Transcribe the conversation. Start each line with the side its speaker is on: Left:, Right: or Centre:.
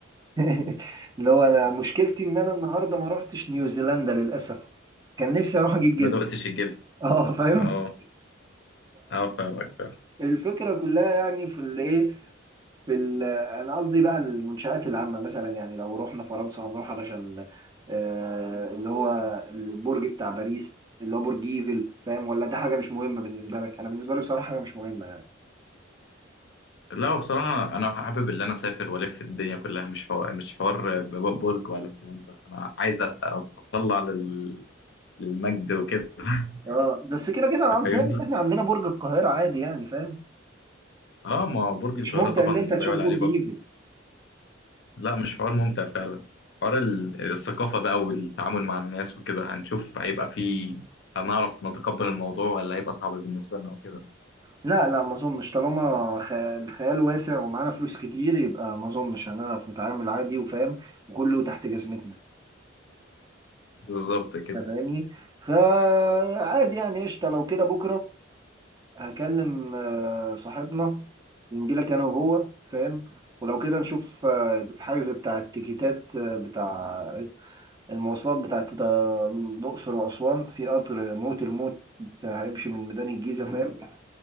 Right: <laughs> اللي هو انا مشكلتي ان انا النهارده ما روحتش نيوزيلندا للاسف كان نفسي اروح
Left: <laughs>
Right: اجيب جبن
Left: ما دقتش الجبن
Right: <laughs> اه فاهم
Left: اه اه فاهمك فاهم
Right: فالفكره كلها يعني في الايه في ال- انا قصدي بقى المنشات العامه مثلا يعني لو رحنا فرنسا هنروح علشان آه اللي هو البرج بتاع باريس اللي هو برج ايفل فاهم ولا ده حاجه مش مهمه بالنسبه لك انا بالنسبه لي بصراحه حاجه مش مهمه
Left: لا هو بصراحة أنا حابب اللي أنا أسافر وألف الدنيا كلها مش حوار مش حوار ب- ب- برج ولا الكلام ده أنا عايز أ- أتطلع لل... للمجد وكده <laughs>
Right: اه بس كده كده انا
Left: أنت
Right: قصدي
Left: فاهمني؟
Right: يعني ان احنا عندنا برج القاهرة عادي يعني فاهم
Left: أه ما هو برج
Right: مش
Left: القاهرة
Right: ممتع
Left: طبعا
Right: ان انت
Left: لا
Right: تشوف
Left: يعلى
Right: برج
Left: عليه برضه
Right: ايفل
Left: لا مش حوار ممتع فعلا حوار ال- الثقافة بقى والتعامل مع الناس وكده هنشوف هيبقى فيه هنعرف نتقبل الموضوع ولا هيبقى صعب بالنسبة لنا وكده
Right: لا لا ما اظنش طالما خ- الخيال واسع ومعانا فلوس كتير يبقى ما اظنش هنعرف نتعامل عادي وفاهم وكله تحت جزمتنا
Left: بالظبط كده
Right: انت فاهمني فعادي يعني قشطة لو كده بكرة هكلم آه، صاحبنا نجيلك انا وهو فاهم ولو كده نشوف آه، الحجز بتاع التيكيتات آه، بتاع المواصلات بتاعت ال- الأقصر وأسوان في قطر موت الموت هيمشي من ميدان الجيزة فاهم